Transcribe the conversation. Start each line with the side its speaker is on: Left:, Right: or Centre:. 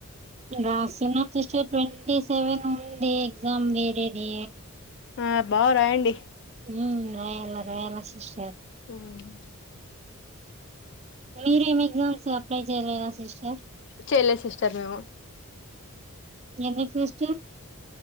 Right: రాస్తున్నామ్ సిస్టర్, ట్వంటీ సెవెన్ ఉంది ఎగ్జామ్ వేరేది.
Left: ఆ బా రాయండి.
Right: ఉమ్ రాయాల, రాయాల సిస్టర్.
Left: ఉమ్.
Right: మీరేం ఎగ్జామ్స్ యాప్, అప్లై చేయలేదా, సిస్టర్.
Left: చేయలేదు సిస్టర్ మేము
Right: ఎన్న సస్టర్